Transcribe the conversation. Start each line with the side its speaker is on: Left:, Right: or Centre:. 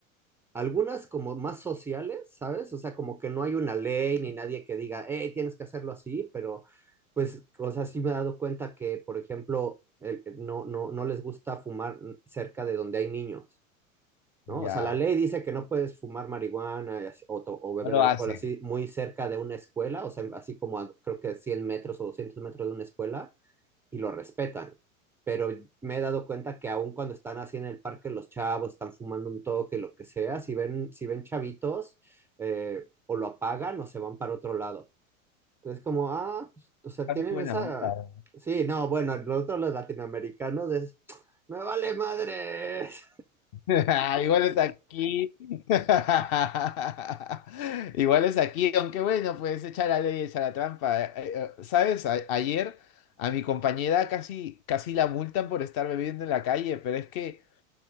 Centre: algunas como más sociales, ¿sabes? O sea, como que no hay una ley ni nadie que diga, hey, tienes que hacerlo así, pero pues, o sea, sí me he dado cuenta que, por ejemplo, el- no, no, no les gusta fumar cerca de donde hay niños. ¿no?
Left: Ya,
Centre: O sea, la ley dice que no puedes fumar marihuana y así- o, to- o beber
Left: no lo
Centre: alcohol
Left: hacen.
Centre: así muy cerca de una escuela, o sea, así como a, creo que 100 metros o 200 metros de una escuela, y lo respetan. Pero me he dado cuenta que aun cuando están así en el parque los chavos, están fumando un toque, lo que sea, si ven, si ven chavitos, eh, o lo apagan o se van para otro lado. Entonces, como, ah, pues, o sea,
Left: Está
Centre: tienen
Left: muy buena
Centre: esa...
Left: onda.
Centre: Sí, no, bueno, nosotros los latinoamericanos es, me vale madres.
Left: <laughs> Igual es aquí. <laughs> Igual es aquí, aunque bueno, pues echa la ley, echa la trampa. Eh, eh, eh, ¿Sabes? A- ayer a mi compañera casi, casi la multan por estar bebiendo en la calle, pero es que